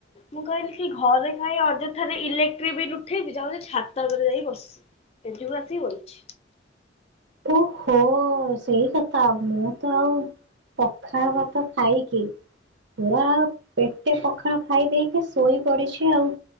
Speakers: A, on the left; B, on the right.
A: ମୁଁ କହିଲି କି ଘରେ ଖାଇ ଅଯ ଠାରେ ଇଲେକ୍ଟ୍ରି ବିଲ୍ ଉଠେଇକି ଯାଉଛି ଛାତରେ ଉପରେ ଯାଇ ବସିବି, ସେଠିକୁ ଆସିକି ବଇଛି।
B: ଓହୋ ସେଇ କଥା ମୁଁ ତ ଆଉ ପଖାଳ ଭାତ ଖାଇକି ମୁଁ ଆଉ ପେଟେ ପଖାଳ ଖାଇ ଦେଇ କି ଶୋଇ ପଡିଛି ଆଉ,